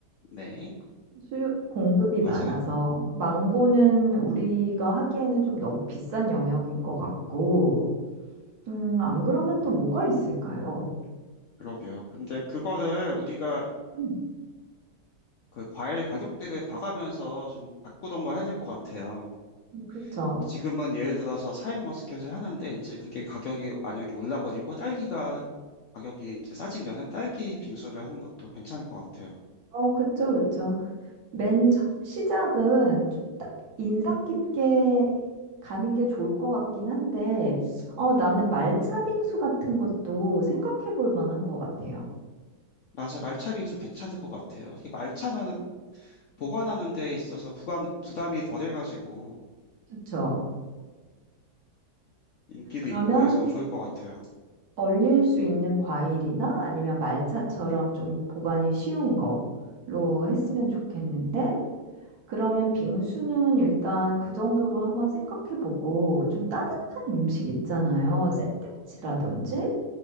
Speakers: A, on the left (about 70°); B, on the right (about 65°).
A: 네,
B: 수요, 공급이
A: 맞아요.
B: 많아서. 망고는 우리가 하기에는 좀 너무 비싼 영역인 것 같고. 음, 안 그러면 또 뭐가 있을까요?
A: 그러게요. 근데 그거를 우리가
B: 음,
A: 그 과일 가격대를 봐가면서 좀 바꾸던가 해야 될 것 같아요.
B: 그렇죠.
A: 지금은 예를 들어서 사인 머스켓을 하는데 이제 그게 가격이 만약에 올라버리고 딸기가 가격이 이제 싸지면은 딸기 빙수를 하는 것도 괜찮을 것 같아요.
B: 어, 그쵸, 그쵸. 맨 처음 시작은 좀 딱 인상 깊게 가는 게 좋을 것 같긴 한데, 어, 나는 말차 빙수 같은 것도 생각해 볼 만한 것 같아요.
A: 맞아, 말차 빙수 괜찮을 것 같아요. 이게 말차는 보관하는 데 있어서 부관, 부담이 덜해가지고
B: 그쵸.
A: 인기도
B: 그러면
A: 있고 해서 좋을 것 같아요.
B: 얼릴 수 있는 과일이나 아니면 말차처럼 좀 보관이 쉬운 거로 했으면 좋겠는데, 그러면 빙수는 일단 그 정도로 한번 생각해 보고, 좀 따뜻한 음식 있잖아요. 샌드위치라든지.